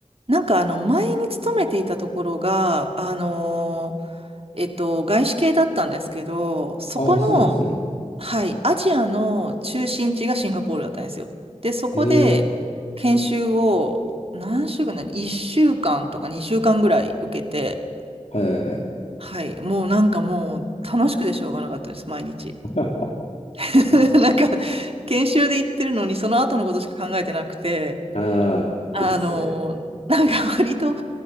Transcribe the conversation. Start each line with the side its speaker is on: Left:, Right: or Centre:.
Right: なんかあの、前に勤めていたところが、あのーえっと、外資系だったんですけど、そこの、
Left: ああ、そうなんですね。
Right: はい、アジアの中心地がシンガポールだったんですよ。で、そこで研修を何週間な1週間とか2週間ぐらい受けて、
Left: へえ。はいはいはい。
Right: はい、もうなんかもう楽しくてしょうがなかったです、毎日。
Left: <laughs>
Right: <laughs>
Left: あ
Right: なんか研修で行ってるのにその後のことしか考えてなくて、
Left: あー、
Right: あのなんか割と、
Left: いいっすね。